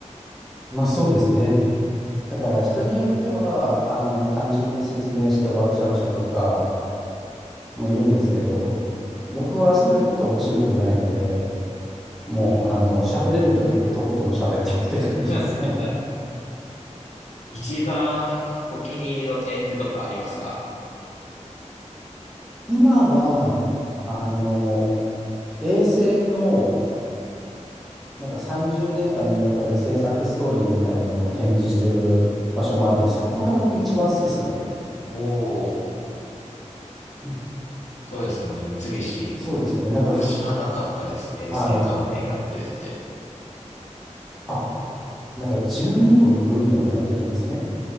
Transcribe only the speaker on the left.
うんうん
うんうん
うんうん
<laughs> 一番お気に入りの展示とかありますか
おおー、
そうですもんね。三菱。
え知らなかったです。衛星関連やってるって。